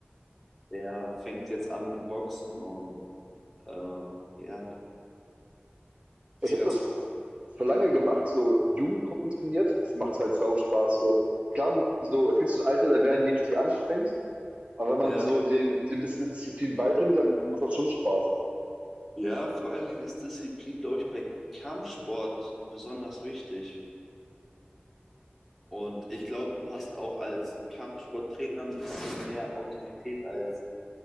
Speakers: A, in the centre; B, on the right.
A: Der fängt jetzt an mit Boxen und äh, ja,
B: Ich
A: ist
B: habe
A: ganz
B: das
A: cool.
B: auf, für lange gemacht, so Jugendgruppen trainiert. Das macht halt sau Spaß. So. Klar, so fühlst du ein Alter, da werden die richtig anstrengend. Aber wenn man
A: Ja,
B: so den, den bisschen Disziplin beibringt, dann macht das schon Spaß.
A: ja, vor allen Dingen ist Disziplin, glaube ich, bei Kampfsport besonders wichtig. Und ich glaube, du hast auch als Kampfsporttrainer ein bisschen mehr Autorität als